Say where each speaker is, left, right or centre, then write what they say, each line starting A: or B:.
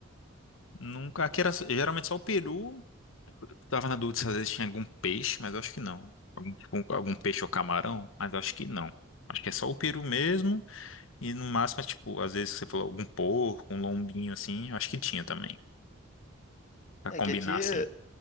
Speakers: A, on the left (about 75°); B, on the left (about 35°).
A: Nunca, aqui era s- geralmente só o peru. Tava na dúvida se às vezes tinha algum peixe, mas eu acho que não. Algum, tipo, algum peixe ou camarão, mas eu acho que não. Acho que é só o peru mesmo. E no máximo, é, tipo, às vezes você falou algum porco, um lombinho assim, eu acho que tinha também. Pra
B: É
A: combinar
B: que aqui...
A: assim.
B: é-